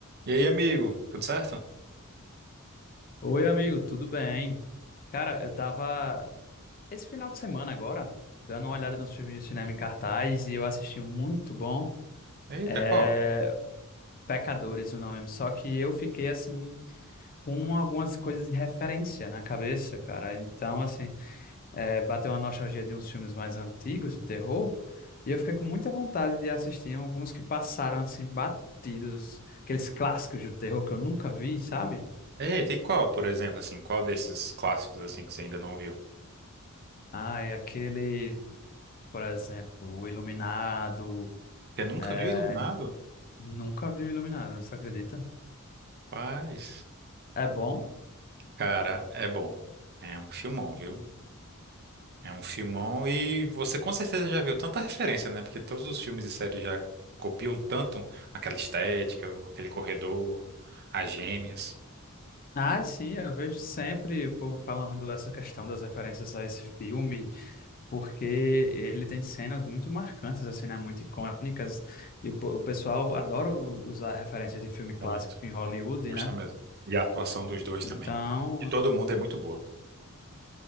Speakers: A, on the right (about 50°); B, on the left (about 40°).
A: E aí, amigo, tudo certo?
B: Oi, amigo, tudo bem? Cara, eu tava esse final de semana agora, dando uma olhada
A: Hum.
B: nos filmes de cinema em cartaz e eu assisti um muito bom,
A: Eita,
B: é...
A: qual?
B: Pecadores, o nome. Só que eu fiquei assim com algumas coisas de referência na cabeça, cara. Então, assim, é, bateu uma nostalgia de uns filmes mais antigos de terror e eu fiquei com muita vontade de assistir alguns que passaram assim batidos, aqueles clássicos do terror que eu nunca vi, sabe?
A: Eita, e qual, por exemplo, assim, qual desses clássicos, assim, que você ainda não viu?
B: Ah, é aquele. Por exemplo, o Iluminado.
A: Você nunca
B: É,
A: viu Iluminado?
B: nunca vi o Iluminado, você acredita?
A: Paz.
B: É bom?
A: Cara, é bom. É um filmão, viu? É um filmão e você com certeza já viu tanta referência, né? Porque todos os filmes e séries já copiam tanto aquela estética, o- aquele corredor, as gêmeas.
B: Ah, sim, eu vejo sempre o povo falando dessa questão das referências a esse filme, porque ele tem cenas muito marcantes, assim, né? Muito icônicas. E o, po- o pessoal adora u- usar referências de filme clássico
A: Muito.
B: em Hollywood,
A: Gosto
B: né?
A: mesmo. E a atuação dos dois
B: Então,
A: também. De todo mundo é muito boa.